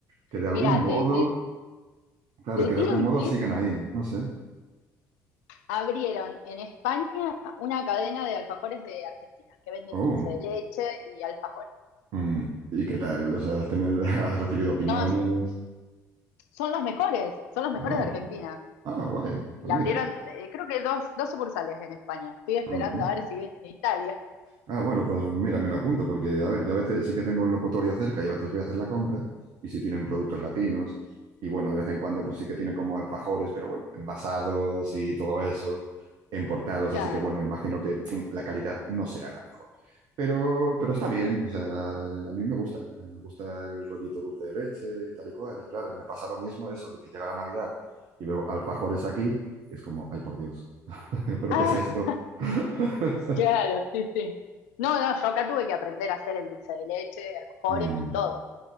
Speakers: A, on the right; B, on the left.
A: que de algún
B: Mira,
A: modo,
B: te, te,
A: claro,
B: te
A: que de
B: tiro
A: algún modo
B: un tip.
A: sigan ahí, no sé.
B: Abrieron en España una cadena de alfajores de Argentina que venden
A: Oh,
B: dulce de leche y alfajores.
A: mm, ¿y qué tal? O sea, ¿has, tenido- <laughs> has recibido opiniones?
B: No son los mejores, son los mejores
A: Oh,
B: de Argentina.
A: ah, guay,
B: Y
A: pues
B: abrieron,
A: mira.
B: eh, creo que dos, dos sucursales en España. Estoy esperando
A: Ujú.
B: a ver si vienen en Italia.
A: Ah, bueno, pues mira, me lo apunto porque, a ver, yo a veces sí que tengo un locutorio cerca y a veces voy a hacer la compra y si tienen productos latinos y bueno, de vez en cuando pues sí que tienen como alfajores, pero bueno, envasados y todo eso, importados,
B: Claro.
A: así que bueno, imagino que mm, la calidad no será la mejor. Pero, pero está bien, o sea, a mí me gusta, me gusta el rollito dulce de leche y tal y cual, y claro, y me pasa lo mismo eso de que llega la Navidad y veo alfajores aquí, es como, ay por Dios, <laughs> pero
B: Ah,
A: ¿qué es esto? <laughs>
B: claro, sí, sí. No, no, yo acá tuve que aprender a hacer el dulce de leche, alfajores
A: Mm,
B: y todo.